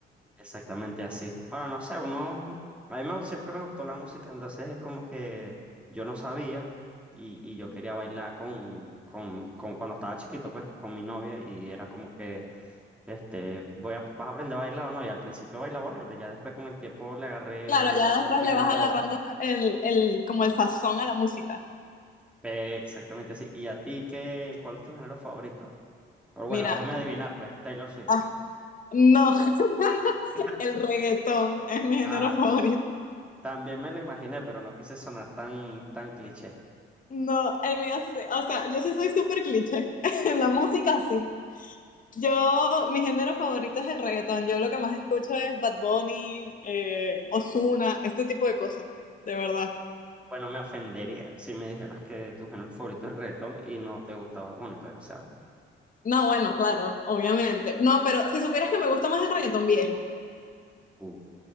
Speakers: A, in the centre; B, on the left.
A: Exactamente así. Ahora, no sé, uno, a mí me- siempre me gustó la música, entonces es como que yo no sabía y, y yo quería bailar con, con, con cuando estaba chiquito, pues, con mi novia y era como que, este, voy a, vas a aprender a bailar o no, y al principio bailaba horrible, ya después con el tiempo le agarré
B: Claro, ya
A: el
B: después
A: ritmo
B: le vas
A: a todo.
B: agarrando el, el, como el sazón a la música.
A: Pe- Exactamente así. ¿Y a ti qué, cuál es tu género favorito? Pero bueno,
B: Mira,
A: déjame adivinar, pues, Taylor Swift.
B: ah, no, <laughs>
A: <laughs>
B: el reggaetón es mi género
A: Ah,
B: favorito.
A: también me lo imaginé, pero no quise sonar tan, tan cliché.
B: No, el mío, sí, o sea, yo sí soy súper cliché. <laughs> En la música sí. Yo, mi género favorito es el reggaetón. Yo lo que más escucho es Bad Bunny, eh, Ozuna, este tipo de cosas, de verdad.
A: Bueno, me ofendería si me dijeras que tu género favorito es el reggaetón y no te gustaba Bad Bunny, pues, o sea,
B: No, bueno, claro, obviamente. No, pero si supieras que me gusta más el reggaetón viejo.
A: Uf.